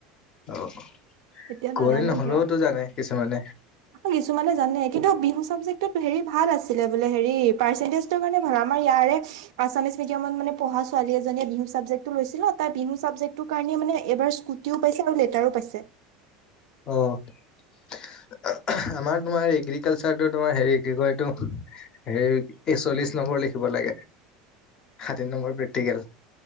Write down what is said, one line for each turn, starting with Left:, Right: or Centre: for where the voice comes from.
Left: অ', অ',
Right: এতিয়া নাজানো
Left: কুঁৱৰী নহ'লেওতো
Right: সেয়া
Left: জানে কিছুমানে।
Right: কিছুমানে জানে কিন্তু বিহু চাবজেক্টটোত হেৰি ভাল আছিলে বোলে হেৰি পাৰ্চেন্তেচ <unintelligible> মানে ভাল মানে আমাৰ ইয়াৰে আছামিজ মেডিয়ামত মানে পঢ়া ছোৱালী এজনীয়ে বিহু চাবজেক্টো লৈছিলে, তাই বিহু চাবজেক্টটোৰ কাৰণেই মানে এইবাৰ স্কু স্কুটিও পাইছে আৰু লেটাৰো পাইছে।
Left: অ'। <unintelligible> আমাৰ তোমাৰ এগ্ৰিকালচাৰটো তোমাৰ হেৰি কি কয় এইটো হেই এই এইচল্লিশ নম্বৰ লিখিব লাগে, ষাঠি নম্বৰ প্ৰেক্টিকেল।